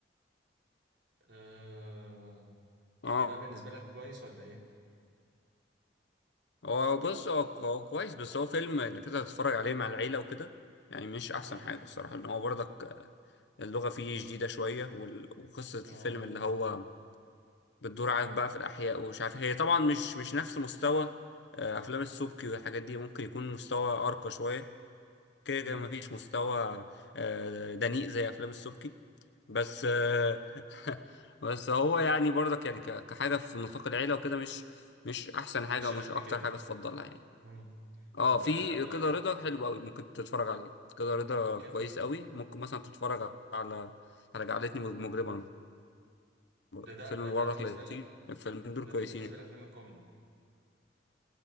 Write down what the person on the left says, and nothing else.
اه
هو بص هو هو كويس بس هو فيلم انك انت تتفرج عليه مع العيلة وكده يعني مش احسن
حاجة الصراحة ان هو برضك اللغة فيه جديدة شوية وال- وقصة الفيلم
اللي هو بتدور عارف بقى في الاحياء ومش عارف هي طبعا مش مش نفس مستوى آه، افلام السبكي والحاجات دي ممكن يكون مستوى ارقى شوية كده
كده مفيش مستوى آه، دنيء زي افلام السبكي بس آه، <laughs> بس هو يعني برضك يعني ك- كحاجة في نطاق العيلة وكده مش مش احسن حاجة
ومش
اكتر
حاجة تفضلها يعني
اه
في
كده رضا حلو قوي ممكن تتفرج عليه كده رضا
كويس
قوي ممكن مثلا تتفرج على على جعلتني مجرما برضه
فيلم
مبارك
لطيف
الفيلمين دول
كويسين